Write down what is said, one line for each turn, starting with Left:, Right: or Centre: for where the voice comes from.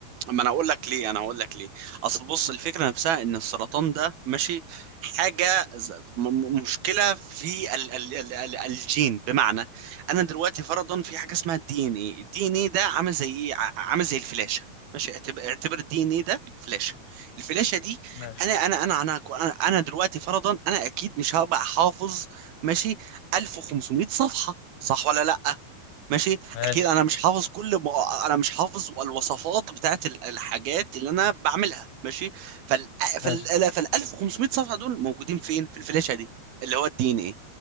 Right: ما انا اقول لك ليه انا هقول لك ليه اصل بص الفكره نفسها ان السرطان ده ماشي حاجه ز- م- م- مشكله في ال ال ال ال الجين بمعنى انا دلوقتي فرضا في حاجه اسمها الدي ان ايه الدي ان ايه ده عامل زي ايه ع- عامل زي الفلاشه ماشي اعتبر اعتبر الدي ان ايه ده فلاشه الفلاشه دي
Left: ماشي
Right: انا انا انا انا انا أنا دلوقتي فرضا انا اكيد مش هبقى حافظ ماشي 1500 صفحه صح ولا لا ماشي
Left: ماشي
Right: اكيد انا مش حافظ كل م... انا مش حافظ الوصفات بتاعت ال- الحاجات اللي انا بعملها ماشي فال فال
Left: ماشي
Right: فال 1500 صفحه دول موجودين فين في الفلاشه دي اللي هو الدي ان ايه